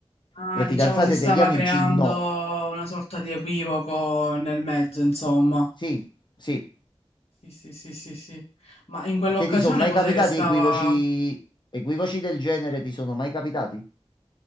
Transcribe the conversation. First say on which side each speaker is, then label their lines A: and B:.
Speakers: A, on the left (about 70°); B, on the left (about 45°).
A: ah,
B: Le
A: diciamo,
B: fidanzate
A: si stava
B: degli amici?
A: creando
B: No.
A: una sorta di equivoco nel mezzo, insomma.
B: Sì, sì.
A: Sì, sì, sì, sì, sì. Ma in quell'occasione
B: A te ti sono mai
A: cos'è
B: capitati
A: che stava,
B: equivoci, equivoci del genere? Ti sono mai capitati?